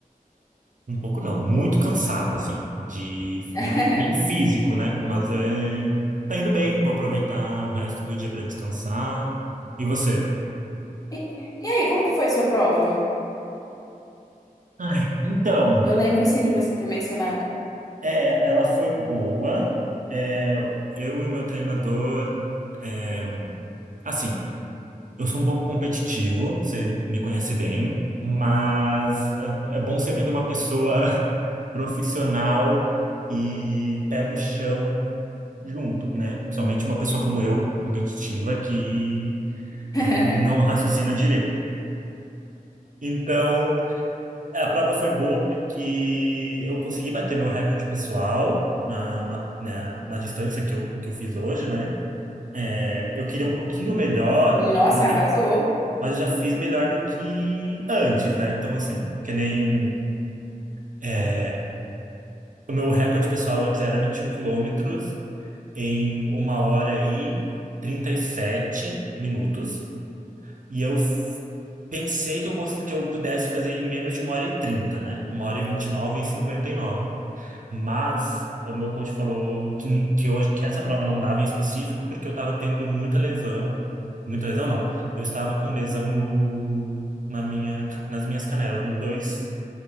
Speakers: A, on the right; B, on the left.
A: um pouco não, muito cansado, assim, de,
B: <laughs>
A: mas bem físico, né? Mas é, tá indo bem, vou aproveitar o resto do dia para descansar. E você?
B: E, e aí, como que foi sua prova?
A: Ai, então.
B: Eu lembro sim de você ter mencionado.
A: É, ela foi boa. É, eu e o meu treinador. é, assim, eu sou um pouco competitivo, você me conhece bem, mas é bom sempre ter uma pessoa <laughs> profissional e pé no chão junto, né? Principalmente uma pessoa como eu, competitiva, que
B: <laughs>
A: às vezes não raciocina direito. Então, É, A prova foi boa porque eu consegui bater meu recorde pessoal na, na, na, na distância que eu, que eu fiz hoje, né? É, eu queria um pouquinho melhor,
B: Nossa,
A: mas
B: arrasou.
A: eu já mas eu já fiz melhor do que antes, né? Então, assim, que nem é, o meu recorde pessoal antes era 21 quilômetros em uma hora e 37 minutos. E eu f- pensei que eu, gost... que eu pudesse fazer em menos de uma hora e 30, né? Uma hora e 29 e nove e cinquenta e nove. Mas o meu coach falou que, que hoje que essa prova não dava em específico porque eu estava tendo muita lesão, muita lesão não. Eu estava com lesão no na minha ca- nas minhas canelas, nos dois